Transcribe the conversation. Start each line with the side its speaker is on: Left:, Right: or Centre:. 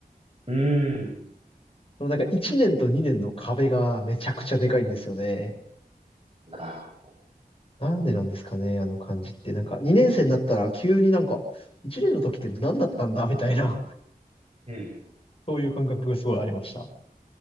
Right: うーん。
Left: そのなんか1年と2年の壁がめちゃくちゃでかいんですよね。
Right: なるほど。
Left: なんでなんですかね、あの感じって。なんか、2年生になったら急になんか、1年の時って何だったんだみたいな、
Right: うん。
Left: そういう感覚がすごいありました。